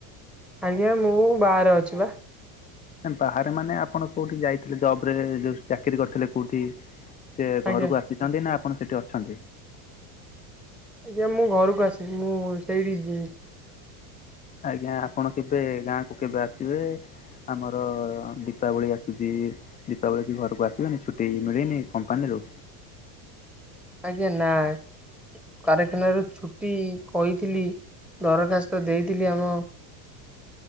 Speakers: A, in the centre; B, on the left.
A: ଆଜ୍ଞା ମୁଁ ବାହାରେ ଅଛି ବା।
B: ବାହାରେ ମାନେ ଆପଣ କୋଉଠି ଯାଇଥିଲେ ଜବ ରେ ଯୋଉ ଚାକିରି କରିଥିଲେ କୋଉଠି ସେ ଘରକୁ
A: ଆଜ୍ଞା।
B: ଆସିଛନ୍ତି ନା ଆପଣ ସେଠି ଅଛନ୍ତି?
A: ଆଜ୍ଞା ମୁଁ ଘରକୁ ଆସିିବି ମୁଁ ସେଇଠି <unintelligible>
B: ଆଜ୍ଞା ଆପଣ କେବେ ଗାଁକୁ କେବେ ଆସିବେ? ଆମର ଦୀପାବଳି ଆସୁଛି। ଦୀପାବଳ କି ଘରକୁ ଆସିବେନି ଛୁଟି ମିଳେନି କମ୍ପାନୀରୁ?
A: ଆଜ୍ଞା ନାାଇ କାରଖାନାରୁ ଛୁଟି କହିଥିଲି ଦରଖାସ୍ତ ଦେଇଥିଲି ଆମ